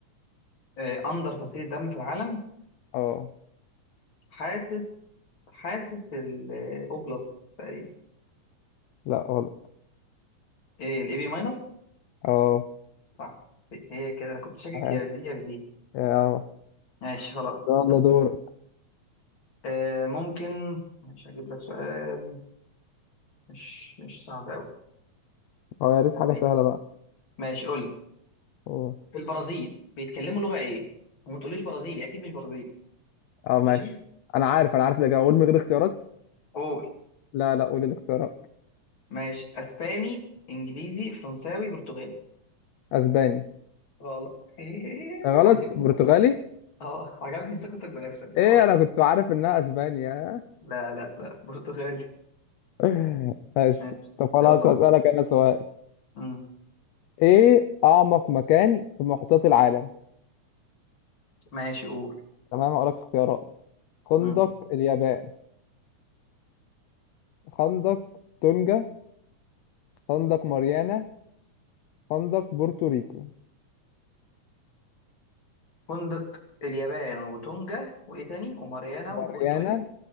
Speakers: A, on the left (about 40°); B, on the left (about 75°).
A: آه اندر فصيله دم في العالم
B: اه
A: حاسس حاسس الاو بلس تقريبا
B: لا غلط
A: ايه الاي بي ماينس
B: اه
A: صح سي. هي كده انا كنت شاكك
B: ماشي
A: يا في دي يا في دي
B: اه
A: ماشي خلاص
B: يلا دورك
A: آه، ممكن مش هجيب لك سؤال مش مش صعب قوي
B: أو يا ريت حاجة
A: طيب
B: سهلة بقى
A: ماشي قول لي
B: أوه.
A: في البرازيل بيتكلموا لغة ايه وما تقوليش برازيلي اكيد مش برازيلي
B: اه ماشي
A: ماشي
B: انا عارف انا عارف الاجابه اقول من غير اختيارات
A: قول
B: لا لا قول الاختيارات
A: ماشي اسباني انجليزي فرنساوي برتغالي
B: اسباني
A: غلط <laughs>
B: آه، غلط
A: عجبني
B: برتغالي
A: اه عجبني ثقتك بنفسك بصراحة
B: ايه انا كنت عارف انها اسبانيا
A: لا لا لا برتغالي
B: <laughs> ماشي
A: ماشي
B: طب خلاص
A: يلا قول
B: هسألك انا سؤال
A: مم.
B: ايه اعمق مكان في محيطات العالم
A: ماشي قول
B: تمام هقول لك اختيارات خندق
A: مم.
B: اليابان خندق تونجا خندق ماريانا خندق بورتوريكو
A: فندق اليابان وتونجا وايه تاني وماريانا
B: ماريانا
A: وبورتو ايه